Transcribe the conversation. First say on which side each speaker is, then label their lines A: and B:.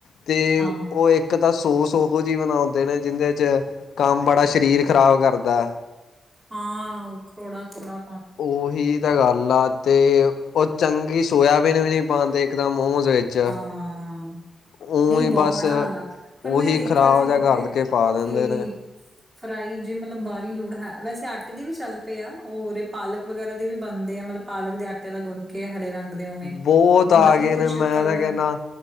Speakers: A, on the left; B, on the right.
A: ਤੇ
B: ਹਾਂ
A: ਓ ਇੱਕ ਤਾਂ ਸੋਸ ਉਹੋ ਜੀ ਬਣਾਉਂਦੇ ਨੇ ਜਿੰਦੇ 'ਚ ਕੰਮ ਬੜਾ ਸਰੀਰ ਖਰਾਬ ਕਰਦਾ।
B: ਹਾਂ ਕੋੜਾ-ਕੋੜਾ
A: ਉਹੀ ਤਾਂ ਗੱਲ ਆ ਤੇ ਓ ਚੰਗੀ ਸ ਸੋਇਆਬੀਨ ਵੀ ਨਈ ਪਾਂਦੇ ਇੱਕ ਤਾ ਮੋਮੋਸ ਵਿੱਚ
B: ਹਾਂ
A: ਉ
B: ਨਈ
A: ਹੀ
B: ਬੋਹ
A: ਬਸ
B: ਮਾੜਾ ਹਾਲ ਆ ਪਰ
A: ਉਹੀ
B: ਮੈਂ ਦੇਖਿਆ
A: ਖ਼ਰਾਬ
B: ਸੀ
A: ਜਿਹਾ
B: ਕਿਤੇ
A: ਕਰਕੇ ਪਾ ਦਿੰਦੇ
B: ਕਿ
A: ਨੇ
B: ਫਰਾਈ ਜੇ ਮਤਲਬ ਬਾਲੀ ਲੋੜ ਹੈ ਵੈਸੇ ਆਟੇ ਦੀ ਵੀ ਚੱਲ ਪਏ ਆ ਔਰ ਇਹ ਪਾਲਕ ਵਗੈਰਾ ਦੇ ਵੀ ਬਣਦੇ ਆ ਮਤਲਬ ਪਾਲਕ ਦੇ ਆਟੇ ਦਾ ਗੁੰਨ ਕੇ ਹਰੇ ਰੰਗ ਦੇ ਉਵੇਂ
A: ਬੋਤ ਆ
B: ਬਾਕੀ
A: ਗਏ
B: ਕੁਛ
A: ਨੇ ਮੈਂ
B: ਕਲਰ
A: ਤਾ ਕੈਨਾ